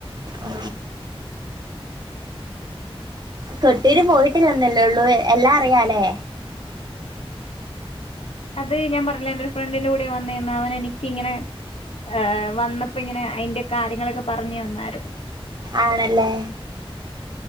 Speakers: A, on the right; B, on the left.
A: ആ കൊട്ടിയൂര് പോയിട്ടില്ലന്നല്ലേള്ളൂ എല്ലാ അറിയാലേ
B: അത് ഞാൻ പറഞ്ഞില്ലേ എന്റെ ഒരു ഫ്രണ്ടിന്റെ കൂടെയാ വന്നേന്ന് അവൻ എനിക്കിങ്ങനെ ഏഹ് വന്നപ്പോ ഇങ്ങനെ അയിന്റെ കാര്യങ്ങളൊക്കെ പറഞ്ഞു തന്നാരുന്നു
A: ആണല്ലേ